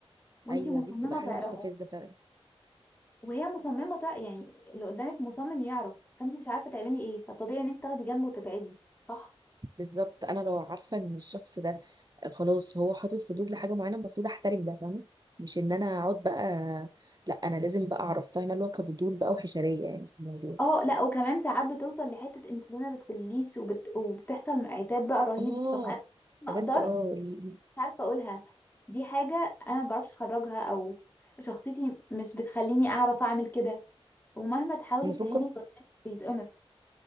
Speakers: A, on the left; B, on the right.
A: وانتي
B: ايوه
A: مصممة
B: دي بتبقى حاجه
A: تعرفي
B: مستفزه فعلا
A: وهي مصممه تع- يعني اللي قدامك مصمم يعرف فانت مش عارفه تعملي ايه فطبيعي ان انت تاخدي جنب وتبعدي صح
B: بالظبط انا لو عارفه ان الشخص ده خلاص هو حاطط حدود لحاجه معينه المفروض احترم ده فاهمه مش ان انا اقعد بقى لا انا لازم بقى اعرف فاهمه اللي هو كفضول بقى وحشريه يعني في الموضوع
A: اه لا وكمان ساعات بتوصل لحته انت ليه ما بتقوليش وبت... وبتحصل عتاب بقى رهيب
B: اه
A: طب انا ما
B: بجد
A: اقدرش
B: اه ال-
A: مش عارفه اقولها دي حاجه انا ما بعرفش اخرجها او شخصيتي مش بتخليني اعرف اعمل كده ومهما تحاولي
B: المفروض
A: تفهمي
B: كل
A: اللي قدامك بيتقمص